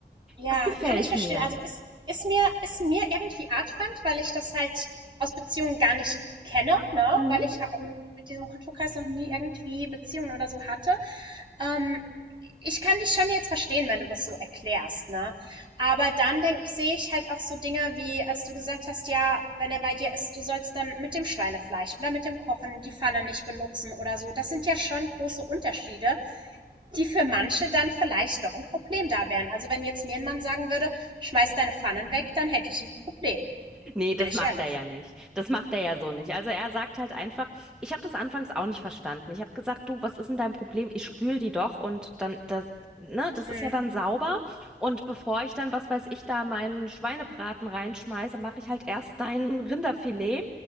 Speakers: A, on the right; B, in the centre.
A: Ja,
B: Das gefällt
A: kann ich verstehen.
B: mir.
A: Also ist, ist mir, ist mir irgendwie Artfremd, weil ich das halt aus Beziehungen gar nicht kenne, ne?
B: Mhm.
A: Weil ich auch im, mit diesem Kulturkreis noch nie irgendwie Beziehungen oder so hatte. Ähm, ich kann dich schon jetzt verstehen, wenn du das so erklärst, ne? Aber dann denk, sehe ich halt auch so Dinge wie, als du gesagt hast, ja, wenn er bei dir ist, du sollst dann mit dem Schweinefleisch oder mit dem Kochen die Pfanne nicht benutzen oder so. Das sind ja schon große Unterschiede, die für manche dann vielleicht doch ein Problem da wären. Also wenn jetzt mir ein Mann sagen würde, schmeiß deine Pfannen weg, dann hätte ich ein Problem.
B: Nee,
A: Bin
B: das
A: ich
B: macht
A: ehrlich.
B: er ja nicht. Das macht er ja so nicht. Also er sagt halt einfach, ich habe das anfangs auch nicht verstanden. Ich habe gesagt, du, was ist denn dein Problem? Ich spül die doch und dann, das, ne, das
A: Mhm.
B: ist ja dann sauber. Und bevor ich dann, was weiß ich, da meinen Schweinebraten reinschmeiße, mache ich halt erst dein Rinderfilet.